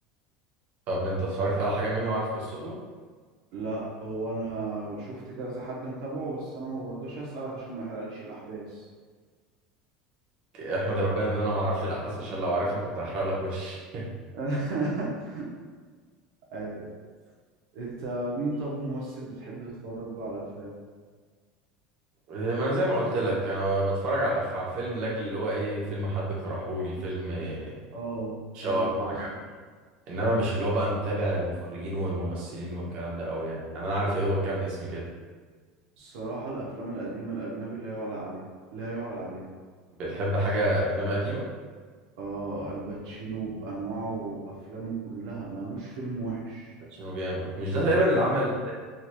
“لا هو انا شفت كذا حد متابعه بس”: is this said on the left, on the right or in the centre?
Right